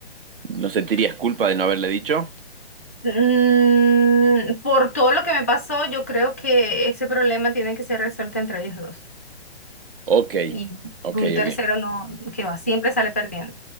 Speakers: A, on the right (about 55°); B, on the left (about 15°).
A: no sentirías culpa de no haberle dicho.
B: Mm, por todo lo que me pasó, yo creo que ese problema tiene que ser resuelto entre ellos dos
A: Ok,
B: y
A: ok,
B: un
A: ok,
B: tercero no, que va, siempre sale perdiendo,